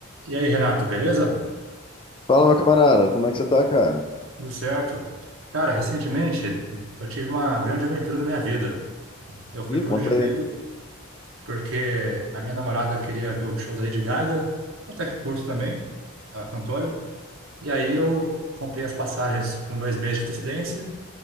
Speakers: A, on the right; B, on the left.
A: E aí, Renato, beleza?
B: Fala, meu camarada, como é que você tá, cara?
A: Tudo certo? Cara, recentemente eu tive uma grande aventura na minha vida. Eu fui
B: Ih,
A: para
B: conta
A: o Rio de Janeiro
B: aí.
A: porque a minha namorada queria ver o show da Lady Gaga, até que curto também, a cantora. E aí eu comprei as passagens com dois meses de antecedência